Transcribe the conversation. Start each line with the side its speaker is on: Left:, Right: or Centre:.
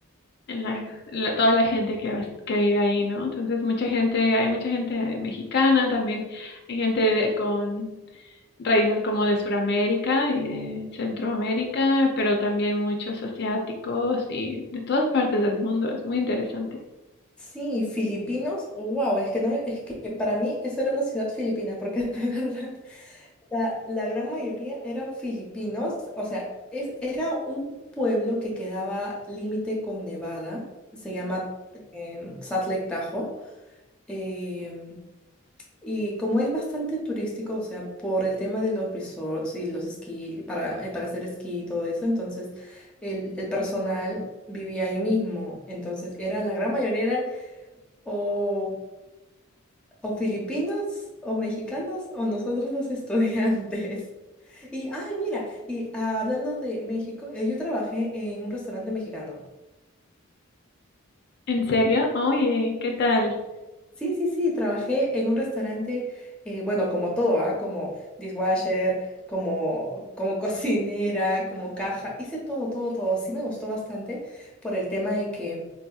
Left: en la, en la- toda la gente que, vas- que vive ahí, ¿no? Entonces, mucha gente, hay mucha gente mexicana, también hay gente de- con raíces como de Sudamérica y de Centroamérica, pero también muchos asiáticos y de todas partes del mundo, es muy interesante.
Centre: Sí, filipinos, wow, es que no, es que para mí eso era una ciudad filipina, porque <laughs> de verdad la, la gran mayoría eran filipinos, o sea, es, era un pueblo que quedaba límite con Nevada, se llama em, Salt Lake Tahoe, em, y como es bastante turístico, o sea, por el tema de los resorts y los esquí, para, eh, para hacer esquí y todo eso, entonces el, el personal vivía ahí mismo, entonces era la gran mayoría eran o, o filipinos o mexicanos o nosotros los estudiantes. <laughs> Y, ay, mira, y ah, hablando de México, eh, yo trabajé en un restaurante mexicano.
Left: ¿En serio? Oye, ¿qué tal?
Centre: Sí, sí, sí, trabajé en un restaurante, eh, bueno, como todo, ¿ah? Como dishwasher, como, como <laughs> cocinera, como caja, hice todo, todo, todo. Sí me gustó bastante por el tema de que